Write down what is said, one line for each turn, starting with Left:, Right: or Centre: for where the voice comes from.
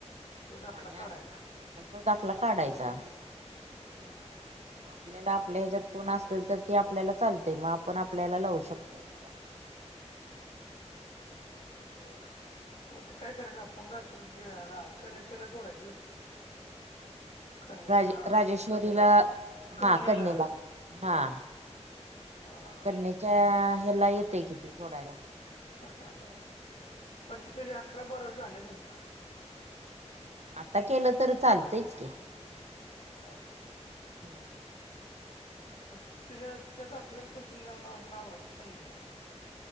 Left: तो जतला
Right: आणि अस
Left: करायला.
Right: तो दाखला काढायचा.
Left: हा हा.
Right: मग आपल्याला आपल्या ह्याच्यात कोण असेल तर ते आपल्याला चालते, म आपण आपल्याला लावू शकतोय. हे असं काना
Left: ब्बर, मग ते काय करायचं? आप्पान क्काय सोलश याला कनेक्शनला जोडायचं कणेला
Right: राजे
Left: हा
Right: राजेश्वरीला,
Left: कणेला कणेला
Right: हा, कडनेला हाआ
Left: हा
Right: करणीच्याआ ह्याल्ला येतंय की ते जोडायला.
Left: हाहाहा पण ते कधी अकरा बारव झालं नव्हतं.
Right: आता केलंय तर चालतंयच की.
Left: होय.
Right: हां
Left: म तिला तिच्या दाखल्यावर पन तिला लान लावायचा, पंद्रा म्हणून.